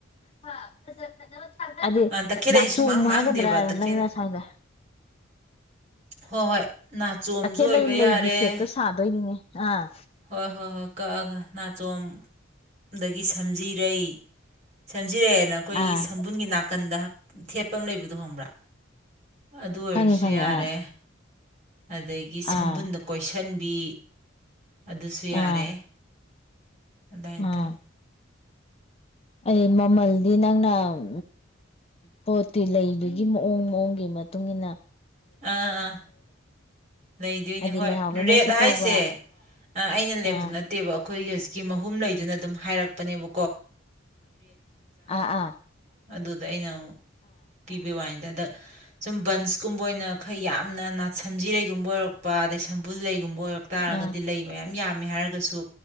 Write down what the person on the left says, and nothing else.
ꯍ ꯍꯖꯔ ꯈ ꯍꯥꯏꯗꯤ
ꯅꯥꯆꯣꯕ
ꯍꯥꯏꯒꯗ꯭ꯔꯥ
ꯅꯪꯅꯁꯪꯕ
ꯇꯈꯦꯜꯠꯂꯩ
ꯂꯩꯒꯤ ꯁꯦꯞꯇꯣ ꯁꯥꯗꯣꯏꯅꯤꯅꯦ ꯑꯥ
ꯑꯥ
ꯈꯪꯉꯦ ꯈꯪꯉꯦ
ꯑꯥ
ꯑꯥ
ꯑꯥ
ꯑꯥ
ꯑꯩ ꯃꯃꯜꯗꯤ ꯅꯪꯅ ꯎꯝ ꯄꯣꯠꯇꯤ ꯂꯩꯕꯒꯤ ꯃꯑꯣꯡ ꯃꯑꯣꯡꯒꯤ ꯃꯇꯨꯡ ꯏ ꯃꯇꯨꯡꯏꯟꯅ
ꯍꯥꯏꯗꯤ
ꯂꯩꯍꯥꯎꯗꯅ
ꯁꯤ
ꯇꯧꯕ
ꯑꯥ
ꯑꯥ ꯑꯥ
ꯑꯥ ꯑꯥ